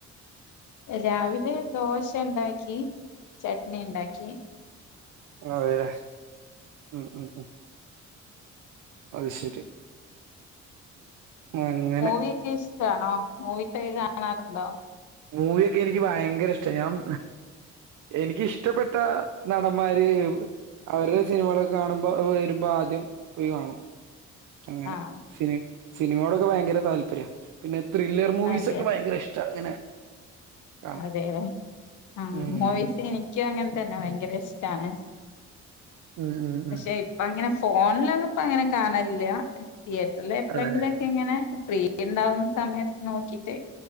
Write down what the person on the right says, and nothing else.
അതല്ലേ ഉം ഉം ഉം അത് ശരി
അങ്ങനെ
മൂവിയൊക്കെ എനിക്ക് ഭയങ്കര ഇഷ്ട ഞാൻ എനിക്ക് ഇഷ്ടപ്പെട്ട നടന്മാര് അവരുടെ സിനിമകളൊക്കെ കാണുമ്പോ വരുമ്പോ ആദ്യം പോയി കാണും അങ്ങനെ
സി സിനിമയോടൊക്കെ ഭയങ്കര താല്പര്യം പിന്നെ ത്രില്ലർ മൂവീസ്
ഒക്കെ ഭയങ്കര ഇഷ്ട അങ്ങനെ കാണാൻ
ഉം
ഉം ഉം
ഉം
അതെല്ലേ